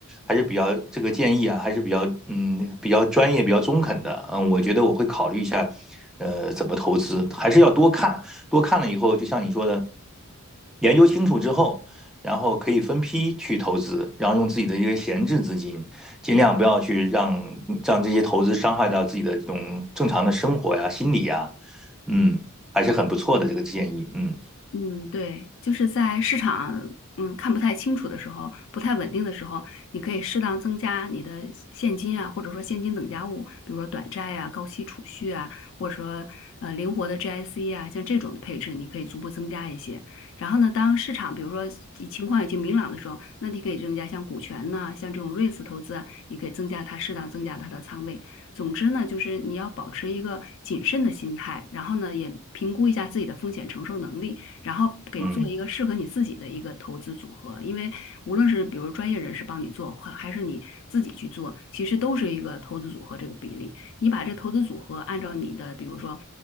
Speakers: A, in the centre; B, on the left.
A: 还是比较这个建议啊，还是比较嗯比较专业、比较中肯的，嗯，我觉得我会考虑一下，呃，怎么投资，还是要多看多看了以后，就像你说的，研究清楚之后，然后可以分批去投资，然后用自己的一个闲置资金，尽量不要去让让这些投资伤害到自己的这种正常的生活呀、心理呀，嗯，还是很不错的这个建议，嗯
B: 嗯，对，就是在市场嗯看不太清楚的时候，不太稳定的时候，你可以适当增加你的现金啊，或者说现金等价物，比如说短债啊、高息储蓄啊，或者说呃灵活的 GIC 啊，像这种的配置，你可以逐步增加一些。然后呢，当市场比如说以情况已经明朗的时候，那你可以增加像股权呐、像这种 r e i T s 投资啊，你可以增加它适当增加它的仓位。总之呢，就是你要保持一个谨慎的心态，然后呢，也评估一下自己的风险承受能力。然后给做一个适合你自己的一个投资组合。
A: 嗯。
B: 因为无论是比如专业人士帮你做，还还是你自己去做，其实都是一个投资组合这个比例。你把这投资组合按照你的，比如说，